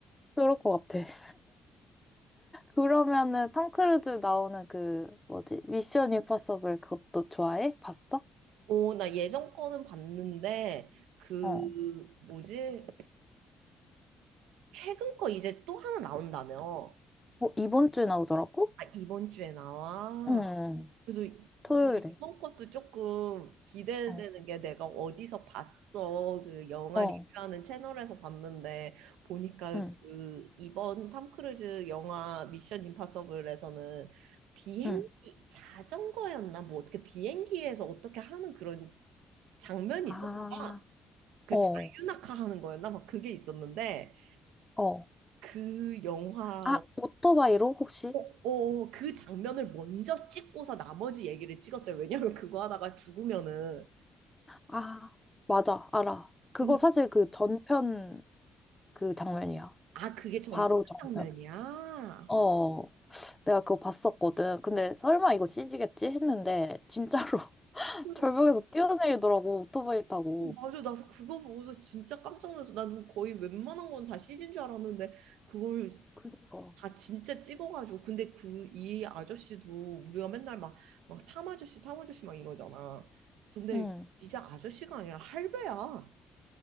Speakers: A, on the left (about 15°); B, on the right (about 85°).
A: 그럴 것 같아. 그러면은 탐 크루즈 나오는 그, 뭐지? 미션 임파서블 그것도 좋아해? 봤어?
B: 오, 나 예전 거는 봤는데 그
A: 어.
B: 뭐지? 최근 거 이제 또 하나 나온다며.
A: 어, 이번 주에 나오더라고?
B: 아, 이번 주에 나와.
A: 응, 응. 응.
B: 그래서 이-
A: 토요일에.
B: 이번 것도 조금 기대되는
A: 어,
B: 게 내가 어디서 봤어. 그 영화
A: 어,
B: 리뷰하는 채널에서 봤는데 보니까
A: 응,
B: 그 이번 탐 크루즈 영화 미션 임파서블에서는 비행기
A: 응.
B: 자전거였나 뭐 어떻게 비행기에서 어떻게 하는 그런 장면이
A: 아.
B: 있었나 봐. 그
A: 어,
B: 자유낙하 하는 거였나 막 그게 있었는데
A: 어.
B: 그 영화
A: 아, 오토바이로 혹시?
B: 어, 어, 그 장면을 먼저 찍고서 나머지 얘기를 찍었대. 왜냐면 그거 하다가 죽으면은
A: 아, 맞아, 알아. 그거
B: 오,
A: 사실 그 전편 그 장면이야.
B: 아, 그게 전심
A: 바로 전편.
B: 장면이야?
A: 어, 어. 내가 그거 봤었거든. 근데 설마 이거 CG겠지? 했는데 진짜로 <laughs>
B: 오
A: 절벽에서 뛰어내리더라고, 오토바이 타고.
B: 맞아. 나서 그거 보고서 진짜 깜짝 놀랐어. 나는 거의 웬만한 건 다 CG인 줄 알았는데 그걸
A: 그니까.
B: 다 진짜 찍어가지고. 근데 그 이 아저씨도 우리가 맨날 막, 막 탐 아저씨, 탐 아저씨 막 이러잖아. 근데
A: 응.
B: 이제 아저씨가 아니라 할배야.